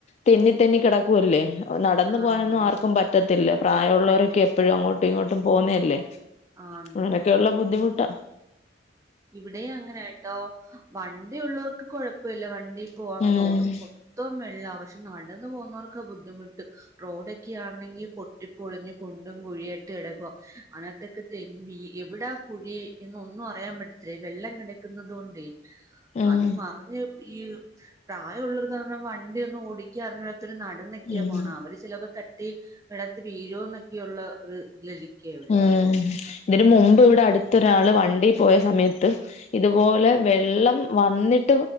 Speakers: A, on the left; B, on the right.
A: തെന്നി തെന്നി കെട ക്കു അല്ലേ അപ്പൊ നടന്നു
B: ആണ്
A: പോകാനൊന്നും
B: ആണ്
A: ആർക്കും പറ്റ് റ്റത്തില്ല പ്രായുള്ളോരൊക്കെ
B: പറ്റത്തില്ല
A: എപ്പഴും അങ്ങോട്ടും ഇങ്ങോട്ടും
B: ആഹ്
A: പോന്നല്ലേ
B: ആണ്
A: അങ്ങനെയെക്കുള്ള ബുദ്ധിമുട്ട
B: ഇവടേം അങ്ങനെട്ടോ വണ്ടി ഉള്ളവർക്ക് കൊഴപ്പല്ല വണ്ടി പോവാം
A: ഉം
B: റോഡും മൊ ത്തം വെള്ള പക്ഷെ നടന്ന് പോകുന്നവർക്കാ ബുദ്ധിമുട്ട് റോഡൊക്കെയാണെങ്കി പൊ ട്ടിപ്പൊളിഞ് കുണ്ടും കുഴിയായിട്ട് കെടക്ക്വ അനാത്തേക്ക് തെൻ വീ എവടാ കുഴി ഇന്ന് ഒന്നും അറിയാൻ പറ്റത്തില്ല വെള്ളം കെടക്കുന്നതോണ്ടേ
A: ഉം
B: അത് മറിഞ്ഞ് ഈ പ്രായുള്ളവർക്ക് പർഞ്ഞ വണ്ടിഒന്നും ഓടിക്കാ അറിഞ്ഞൂടാത്തോര് നടന്നൊക്യാ
A: ഉം
B: പോണ് അവര് ചിലപ്പോ തട്ടി വെള്ളത്ത് വീഴോന്നൊക്കെയുള്ള ഒരുതിലിരിക്ക ഇവടെ
A: ഉം ഇതിന് മുമ്പ് ഇവടെ അടുത്തൊരാള് വണ്ടി പോയ സമയത്ത് ഇതുപോലെ വെള്ളം വന്നിട്ട്